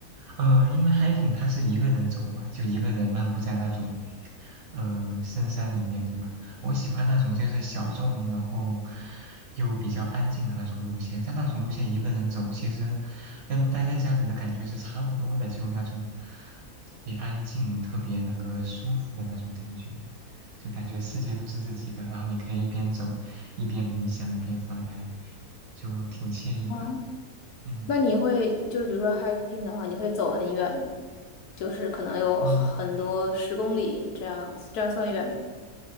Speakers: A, on the right (about 65°); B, on the left (about 80°).
A: 呃，因为 hiking 它是一个人走嘛，就一个人漫步在那种，呃，深山里面，对吧？我喜欢那种就是小众，然后又比较安静的那种路线。在那种路线一个人走，其实跟待在家里的感觉是差不多的，就那种特别安静、特别那个舒服的那种感觉，就感觉世界都是自己的，然后你可以一边走一边冥想，一边发呆，就挺惬意的。
B: 哦，
A: 嗯
B: 那你会就是比如说 hiking 的话，你会走很远吗？就是可能有很多十公里这样，
A: 嗯，
B: 这样算远吗？